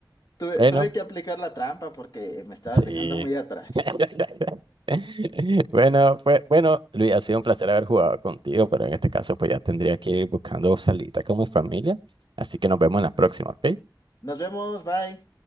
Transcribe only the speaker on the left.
Tuve,
tuve que aplicar la trampa porque me estabas
dejando muy atrás.
Nos vemos, bye.